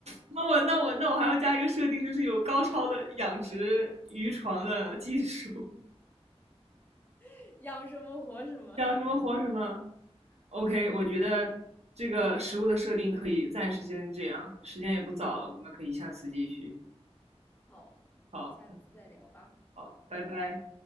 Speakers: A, on the right; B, on the left.
A: 那我那我那我还要加一个设定，就是有高超的养殖渔床的技术。
B: <laughs> 养什么活什么。
A: 想什么活什么。OK，我觉得这个食物的设定可以暂时先这样，时间也不早了，
B: <laughs> 嗯，
A: 我们可以下次继续。
B: 好，
A: 好，
B: 下次再聊吧，
A: 好，拜拜。
B: 拜拜。